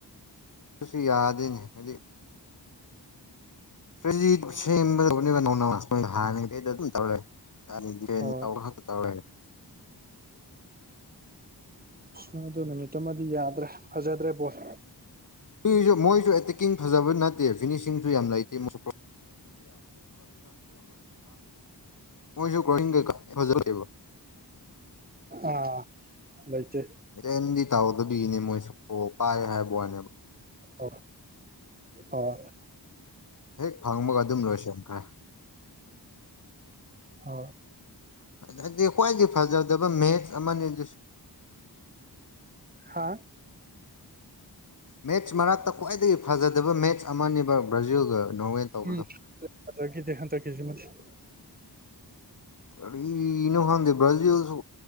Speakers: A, on the left; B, on the right.
A: ꯑꯗꯨꯁꯨ ꯌꯥꯗꯦꯅꯦ ꯍꯥꯏꯗꯤ <inaudible> <inaudible>
B: ꯍꯣꯏ ꯑ ꯑꯗꯨ ꯅꯨꯃꯤꯠꯇꯨꯃꯗꯤ ꯌꯥꯗ꯭ꯔꯦ ꯐꯖꯗ꯭ꯔꯦ ꯕꯣꯜ
A: ꯖꯨ ꯃꯣꯏꯖꯨ ꯑꯦꯇꯦꯛꯀꯤꯡ ꯐꯖꯕ ꯅꯠꯇꯦ ꯐꯤꯅꯤꯁꯤꯡꯁꯨ ꯌꯥꯝ ꯂꯩꯇꯦ <inaudible> ꯃꯣꯏ <unintelligible> ꯃꯣꯏꯁꯨ <unintelligible>
B: ꯑꯥ ꯂꯩꯇꯦ
A: ꯔꯦꯟꯗꯤ ꯇꯥꯎꯗꯕꯤꯅꯦ ꯃꯣꯏꯁꯨ ꯕꯣꯜ ꯄꯥꯏ ꯍꯥꯏꯕ ꯋꯥꯅꯦꯕ
B: ꯑꯣ ꯑꯣ
A: ꯍꯦꯛ ꯐꯪꯕꯒ ꯑꯗꯨꯝ ꯂꯣꯏꯁꯤꯟꯈ꯭ꯔꯦ
B: ꯍꯣꯏ
A: ꯍꯥꯏꯗꯤ ꯈ꯭ꯋꯥꯏꯗꯒꯤ ꯐꯖꯗꯕ ꯃꯦꯠꯆ ꯑꯃꯅꯤ ꯑꯗꯨꯁꯨ
B: ꯍꯥꯥ
A: ꯃꯦꯠꯁ ꯃꯔꯛꯇ ꯈ꯭ꯋꯥꯏꯗꯒꯤ ꯐꯖꯗꯕ ꯃꯦꯠꯁ ꯑꯃꯅꯦꯕ ꯕ꯭ꯔꯥꯖꯤꯜꯒ ꯅꯣꯔꯋꯦ ꯇꯧꯕꯗꯣ
B: ꯎꯝ ꯐꯖꯒꯤꯗꯦ ꯍꯟꯗꯛꯀꯤꯁꯤꯃꯗꯤ
A: ꯀꯔꯤꯅꯣ ꯈꯪꯗꯦ ꯕ꯭ꯔꯥꯖꯤꯜꯁꯨ